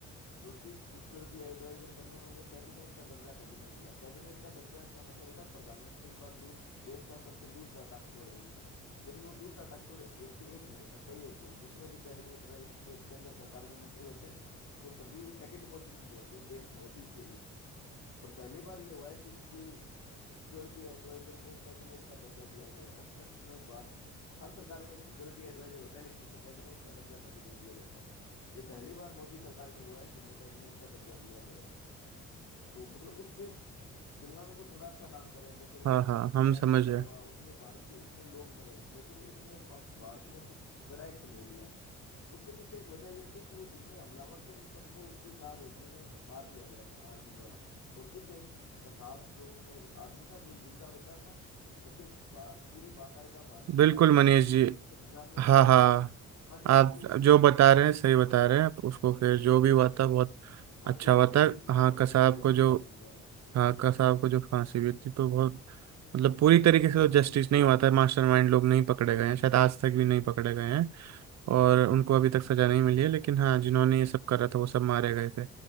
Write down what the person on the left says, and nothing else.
जो चीफ सिक्योरिटी एडवाइजर बने हैं उन्हें कैबिनेट का दर्जा कभी नहीं मिला कैबिनेट का दर्जा का मतलब होता है प्रधानमंत्री के बाद दूस देश का सबसे दूसरा ताकतवर व्यक्ति लेकिन वो दूसरा ताकतवर व्यक्ति एक नहीं होता कई होते हैं जितने भी कैबिनेट रैंक के केंद्र सरकार में मंत्री होते हैं वो सभी सेकंड पोजीशन पे होते हैं देश में ऑफिशियली और पहली बार ये हुआ है कि किसी सिक्योरिटी एडवाइजर को कैबिनेट का दर्जा दिया गया हो अब तक में भारत में हर सरकार में एक सिक्योरिटी एडवाइजर होता है लेकिन उसे कैबिनेट का दर्जा कभी नहीं दिया जाता ये पहली बार मोदी सरकार में हुआ है कि उन्हें कैबिनेट का दर्जा दिया गया है तो मतलब उसके तुलना में वो थोड़ा अच्छा काम कर रहे हैं जैसे वो
छब्बीस
ग्यारह
का हमला
हुआ उसमें भारत के इतने लोग मरे लेकिन उसमें पा- भारत ने कुछ बड़ा एक्शन नहीं लिया उसके पीछे एक वजह यह थी कि वो जितने हमलावर थे उन सबको उसी ताज होटल में मार दिया गया था आर्मी द्वारा और कुछ एक कसाब जो उनमें एक आदमी था जो जिंदा बचा था उसे बा, पूरी बाकायदा भारत की
कानूनी
प्रक्रिया
से गुजारने के
बाद
उसे फांसी दी
गई थी
फांसी
दी गई
थी उसे कानूनी
प्रक्रिया
से गुजारने
के बाद